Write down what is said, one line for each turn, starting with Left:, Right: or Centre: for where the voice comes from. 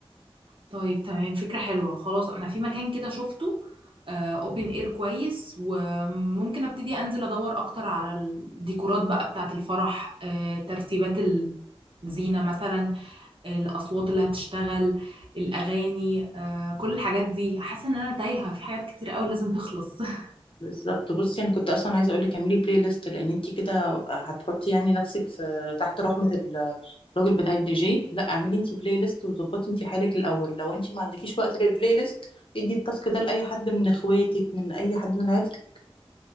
Right: طيب تمام فكرة حلوة خلاص أنا في مكان كده شفته اوبن اير كويس وممكن ابتدي انزل ادور اكتر على الديكورات بقى بتاعة الفرح آه، ترتيبات الزينة مثلا الاصوات اللي هتشتغل الاغاني آه، كل الحاجات دي حاسة ان انا تايهة في حاجات كتير قوي لازم تخلص <laughs>
Left: بالظبط بصي انا كنت اصلا عايزه اقول لك اعملي بلاي ليست لان انت كده هتحطي يعني نفسك في تحت رحمه ال- الراجل بتاع الدي جي لا اعملي انت بلاي ليست وظبطي انت حالك الاول لو انت ما عندكيش وقت للبلاي ليست ادي التاسك ده لاي حد من اخواتك من اي حد من عيلتك